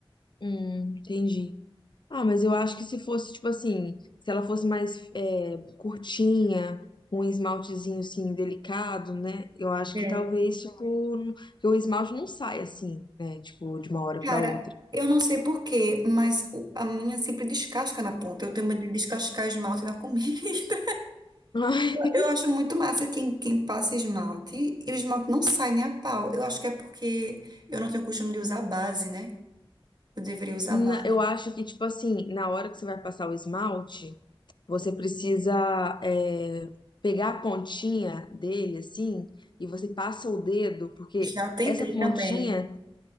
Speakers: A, on the left (about 55°); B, on the right (about 45°).
A: Hum, entendi. Ah, mas eu acho que se fosse, tipo assim, se ela fosse mais é, curtinha, com um esmaltezinho, assim, delicado, né? Eu acho
B: É.
A: que talvez, tipo, não- que o esmalte não sai assim, né? Tipo, de uma hora
B: Cara,
A: pra outra.
B: eu não sei por quê, mas o- a minha sempre descasca na ponta. Eu tenho medo de descascar esmalte na comida.
A: <laughs>
B: Eu acho muito massa quem, quem passa esmalte. E o esmalte não sai nem a pau. Eu acho que é porque eu não tenho costume de usar base, né? Eu deveria usar
A: na-
B: base.
A: Eu acho que, tipo assim, na hora que você vai passar o esmalte, você precisa é, pegar a pontinha dele, assim, e você passa o dedo, porque
B: Já tentei
A: essa pontinha.
B: também.